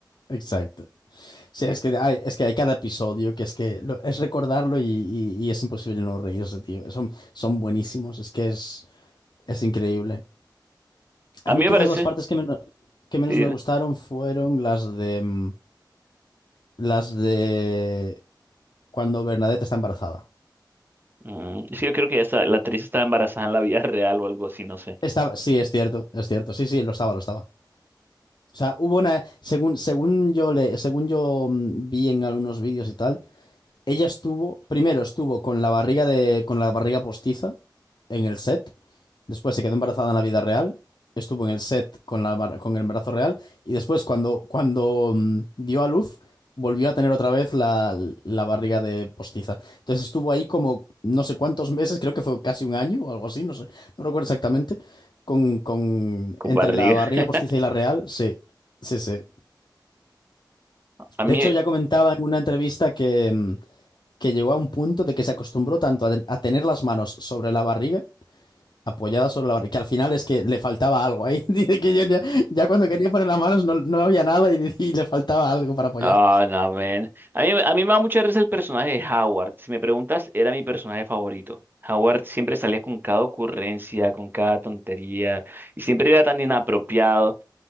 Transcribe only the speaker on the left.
Exacto. Sí, es que hay, es que hay cada episodio que es que lo- es recordarlo y, y- y es imposible no reírse, tío. Son, son buenísimos, es que es, es increíble. A
mí
quizás
las partes que menos, que menos
me gustaron fueron las de mm, las de cuando Bernadette está embarazada.
Estaba, sí, es cierto, es cierto. Sí, sí, lo estaba, lo estaba. O sea, hubo una, según, según yo le, según yo mm, vi en algunos vídeos y tal, Ella estuvo, primero estuvo con la barriga de, con la barriga postiza en el set, después se quedó embarazada en la vida real, estuvo en el set con la, bar- con el embarazo real y después cuando, cuando mm, dio a luz volvió a tener otra vez la, la barriga de postiza. Entonces estuvo ahí como no sé cuántos meses, creo que fue casi un año o algo así, no sé, no recuerdo exactamente, con, con
entre
la barriga
postiza y la real, sí, sí, sí.
De
hecho ya comentaba en una entrevista que... mm, que llegó a un punto de que se acostumbró tanto a, a tener las manos sobre la barriga, apoyadas sobre la barriga, que al final es que le faltaba algo ahí. <laughs> Dice que yo ya, ya cuando quería poner las manos no, no había nada y, y le faltaba algo para apoyar.